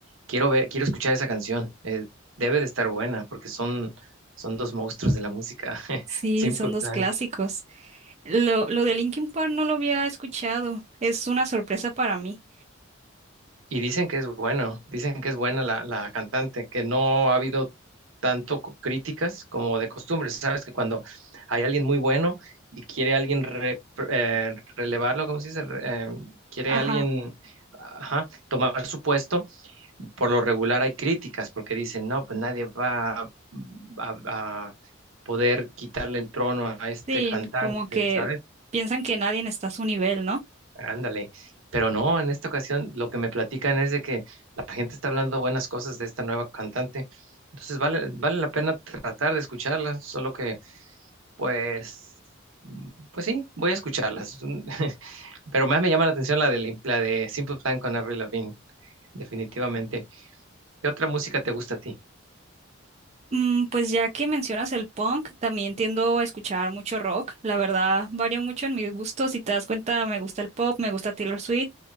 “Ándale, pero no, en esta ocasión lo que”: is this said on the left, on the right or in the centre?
Right